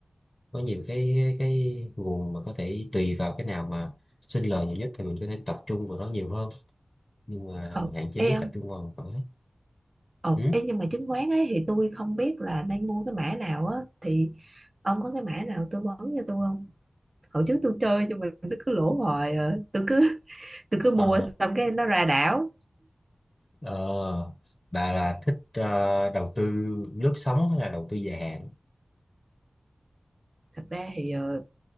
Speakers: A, on the left (about 30°); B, on the right (about 30°).
A: có nhiều cái cái nguồn mà có thể tùy vào cái nào mà sinh lời nhiều nhất thì mình có thể tập trung vào đó nhiều hơn nhưng mà
B: ờ
A: hạn chế
B: ê ông
A: tập trung vào một khoản hết
B: ờ
A: ừ?
B: ê nhưng mà chứng khoán ấy thì tôi không biết là nên mua cái mã nào á thì ông có cái mã nào tư vấn cho tôi không hồi trước tôi chơi nhưng mà nó cứ lỗ hoài à. tôi cứ tôi cứ mua
A: Ờ
B: xong cái nó ra đảo
A: Ờ, bà là thích ờ, đầu tư lướt sóng hay là đầu tư dài hạn?
B: thật ra thì ờ,